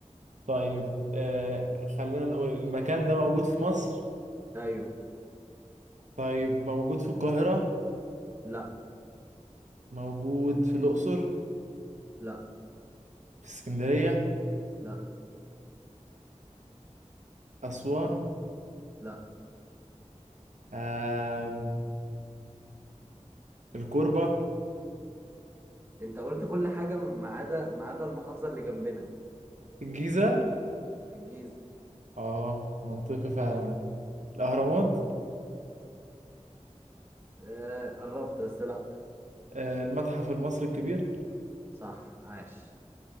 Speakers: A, on the right; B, on the right.
A: طيب آه، خلينا نقول المكان ده موجود في مصر
B: ايوه
A: طيب موجود في القاهرة
B: لا
A: موجود في الأقصر
B: لا
A: في اسكندرية
B: لا
A: أسوان
B: لا
A: آم. الكوربة
B: انت قلت كل حاجة ما عدا ما عدا المحافظة اللي جنبنا
A: الجيزة
B: في الجيزة
A: اه منطقي فعلا الأهرامات
B: آه قربت بس لا
A: آه. المتحف المصري الكبير
B: صح عاش